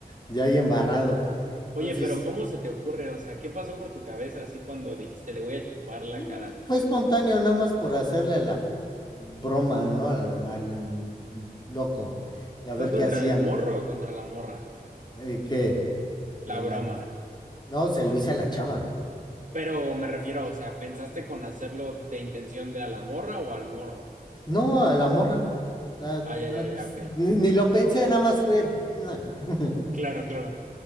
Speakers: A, on the left (about 25°); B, on the right (about 50°).
A: Yo ahí embarrado. Entonces,
B: Oye, pero ¿cómo se te ocurre? O sea, ¿qué pasó por tu cabeza así cuando dijiste le voy a chupar la
A: mm,
B: cara?
A: fue espontáneo nada más por hacerle la broma, ¿no? Al, al loco y a
B: ¿Fue
A: ver
B: contra
A: qué hacían.
B: el morro o contra la morra?
A: Y que... el-
B: La broma.
A: no, se lo hice a la chava.
B: Pero me refiero, o sea, ¿pensaste con hacerlo de intención de a la morra o al morro?
A: No, a la morra. O sea,
B: Ah, ya,
A: no,
B: ya, ya, ok.
A: ni, ni lo pensé, nada más fue. No, <laughs>
B: Claro, claro.